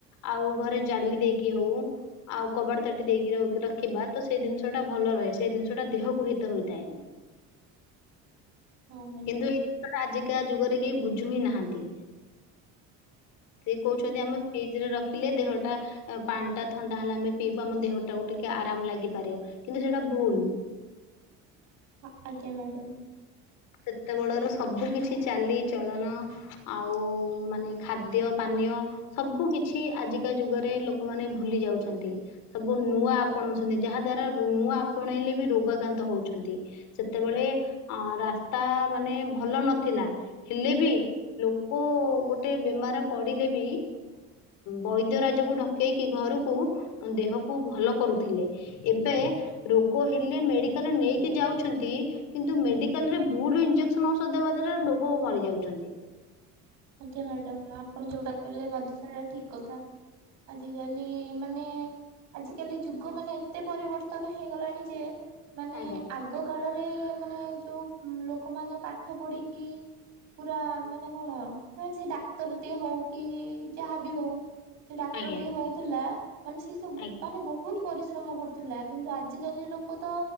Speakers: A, on the left; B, on the right.
A: ଆଉ ଘରେ ଜାଲି ଦେଇକି ହଉ। ଆଉ କବାଟ ତାଟି ଦେଇକି ରଖିବା ତ ସେଇ ଜିନିଷ ଟା ଭଲ ରହେ ସେଇ ଜିନିଷଟା ଦେହକୁ ହିତ ହେଇଥାଏ।
B: ହଁ ମ୍ୟାଡ଼ାମ
A: କିନ୍ତୁ ଏଇ ଜିନିଷଟା ଆଜିକା ଯୁଗରେ କେହି ବୁଝୁ ହିଁ ନାହାନ୍ତି। ସେଏ କହୁଛନ୍ତି ଆମେ ଫ୍ରିଜ ରେ ରଖିଲେ ଦେହଟା ପାଣି ଟା ଥଣ୍ଡା ହେଲେ ଆମେ ପିଇବା ଆମ ଦେହ ଟାକୁ ଟିକେ ଆରାମ ଲାଗିପାରେ। କିନ୍ତୁ ସେଟା ଭୁଲ୍
B: ହଁ ଆଜ୍ଞା ମ୍ୟାଡ଼ମ୍।
A: ସେତେବେଳର ସବୁ କିଛି ଚାଲିଚଳନ ଆଉ ମାନେ ଖାଦ୍ୟ ପାନୀୟ। ସବୁ କିଛି ଆଜିକା ଯୁଗରେ ଲୋକମାନେ ଭୁଲି ଯାଉଛନ୍ତି ସବୁ ନୂଆ ଆପଣଉଚନ୍ତି। ଯାହା ଦ୍ଵାରା ନୂଆ ଆପଣେଇଲେ ବି ରୋଗ ଆକ୍ରାନ୍ତ ହଉଛନ୍ତି ସେତେବେଳେ ଅ ରା ତା ମାନେ ଭଲ ନଥିଲା ହେଲେ ବି ଲୋକ ଗୋଟେ ବେମାର ପଡିଲେ ବି ବୈଦ୍ୟ ରାଜକୁ ଡକେଇକି ଘରକୁ ଦେହକୁ ଭଲ କରୁଥିଲେ। ଏବେ ରୋଗ ହେଲେ ମେଡିକାଲ ନେଇକି ଯାଉଛନ୍ତି କିନ୍ତୁ ମେଡିକାଲ ରେ ଭୁଲ ଇଞ୍ଜେକ୍ସନ ଔଷଧ ଦେବା ଦ୍ଵାରା ଲୋଗ ଭରି ଯାଉଛନ୍ତି।
B: ଆଜ୍ଞା ମ୍ୟାଡାମ ଆପଣ ଯୋଉଟା କହିଲେ ମଧ୍ଯ ସେଇଟା ଠିକ୍ କଥା। ଆଜିକାଲି ମାନେ ଆଜ କାଲି ଯୁଗ ମାନେ ଏତେ ପରିବର୍ତ୍ତନ ହେଇଗଲାଣି ଯେ ମାନେ
A: ଆଜ୍ଞା।
B: ଆଗ କାଳରେ। ରେ ମାନେ ଯେଉଁ ଲୋକମାନେ ପାଠ ପଢ଼ିକି ପୁରା ମାନେ କଣ ମାନେ ସେ ଡାକ୍ତର ଦଏ ହଉ କି ଯାହାବି ହଉ। ସେ ଡାକ୍ତର
A: ଆଜ୍ଞା
B: ଟିକେ ହଉଥିଲା ମାନେ ସେ ସବୁ
A: ଆଜ୍ଞା।
B: ମାନେ ବହୁତ୍ ପରିଶ୍ରମ କରୁଥିଲା କିନ୍ତୁ ଆଜିକାଲି ଲୋକ ତ